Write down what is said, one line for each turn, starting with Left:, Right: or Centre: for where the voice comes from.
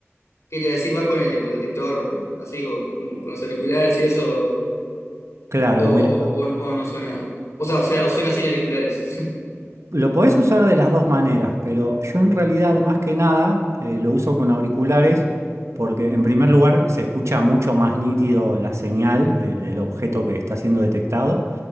Left: qué te iba a decir? ¿Vas con el tipo detector así co- como con los auriculares y eso?
Right: claro,
Left: O, o,
Right: mira,
Left: o, o no suena. O sea, o sea, o suena sin auriculares. <laughs>
Right: Lo podés usar de las dos maneras, pero yo en realidad más que nada eh, lo uso con auriculares porque en primer lugar se escucha mucho más nítido la señal del, del objeto que está siendo detectado